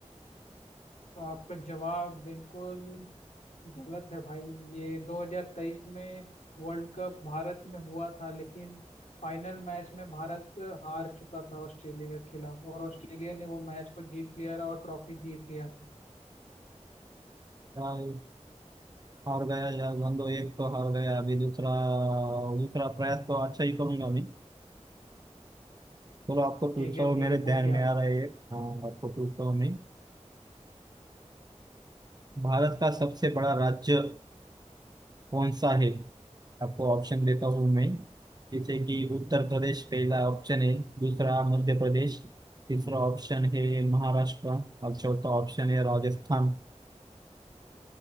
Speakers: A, on the left; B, on the right.
A: तो आपका जवाब बिल्कुल गलत है भाई ये 2023 में वर्ल्ड कप भारत में हुआ था लेकिन फाइनल मैच में भारत हार चुका था ऑस्ट्रेलिया के खिलाफ और ऑस्ट्रेलिया ने वो मैच को जीत लिया और ट्रॉफी जीत लिया था
B: यार हार गया यार बंदो एक तो हार गया अभी दूसरा दूसरा प्रयास तो अच्छा ही करूंगा मैं चलो आपको पूछता
A: ठीक है
B: हूँ
A: ठीक
B: मेरे
A: है
B: ध्यान
A: पूछिए
B: में
A: आप
B: आ रहा है एक। हाँ आपको पूछता हूँ मैं भारत का सबसे बड़ा राज्य कौन सा है आपको ऑप्शन देता हूँ मैं जैसे कि उत्तर प्रदेश पहला ऑप्शन है दूसरा मध्य प्रदेश तीसरा ऑप्शन है महाराष्ट्र और चौथा ऑप्शन है राजस्थान